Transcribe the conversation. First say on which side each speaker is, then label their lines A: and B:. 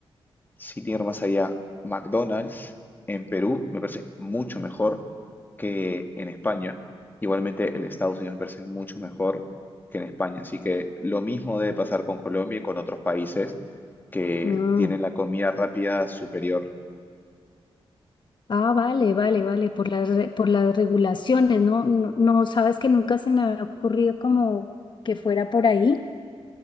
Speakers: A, on the left; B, on the left.
A: sin ir más allá, McDonald's en Perú me parece mucho mejor que en España. Igualmente, el Estados Unidos me parece mucho mejor que en España. Así que lo mismo debe pasar con Colombia y con otros países que
B: No.
A: tienen la comida rápida superior.
B: Ah, vale, vale, vale, por las, re- por las regulaciones, ¿no? No, no, sabes que nunca se me había ocurrido como que fuera por ahí,